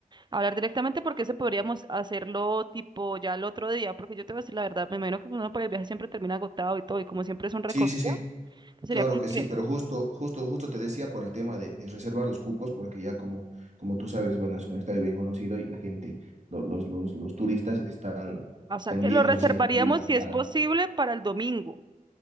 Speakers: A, on the right; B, on the right.
A: Hablar directamente porque ese podríamos hacerlo tipo ya el otro día, porque yo te voy a decir la verdad, me imagino que uno por el viaje siempre termina agotado y todo, y como siempre es un recorrido,
B: sí, sí, sí,
A: pues sería
B: claro
A: como
B: que
A: que,
B: sí, pero justo, justo, justo te decía por el tema de, de reservar los cupos, porque ya como, como tú sabes, bueno, es un estadio bien conocido y la gente, lo- los, los, los turistas están,
A: o
B: están
A: sea, que
B: llenos
A: lo reservaríamos
B: haciendo filas
A: si
B: para,
A: es posible para el domingo.